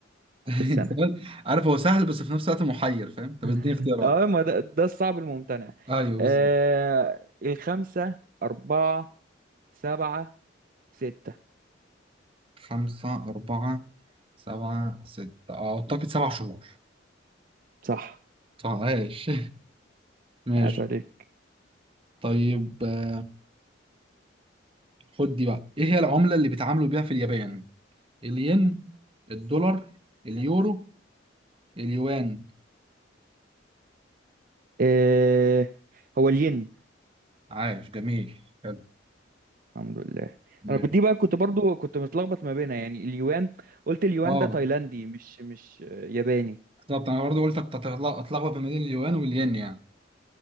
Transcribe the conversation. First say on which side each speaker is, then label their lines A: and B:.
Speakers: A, on the right (about 30°); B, on the right (about 45°).
A: <laughs>
B: في السنة
A: سؤال- عارف هو سهل بس في نفس الوقت محير فاهم طب
B: <laughs>
A: اديني اختيارات
B: اه ما ده, ده الصعب الممتنع
A: ايوه
B: آه
A: بس-
B: الخمسة أربعة سبعة ستة
A: خمسة أربعة سبعة ستة آه، أعتقد سبع شهور
B: صح
A: عاش <laughs> ماشي
B: عاش عليك
A: طيب آه، خد دي بقى ايه هي العملة اللي بيتعاملوا بيها في اليابان الين الدولار اليورو اليوان
B: آه هو الين
A: عاش جميل حلو
B: الحمد لله
A: ماشي
B: أنا كنت دي بقى كنت برضو كنت متلخبط ما بينها يعني اليوان قلت اليوان
A: اه
B: ده تايلاندي مش مش آه، ياباني
A: بالظبط انا برضو قلت هتطلع- اتلخبط ما بين اليوان والين يعني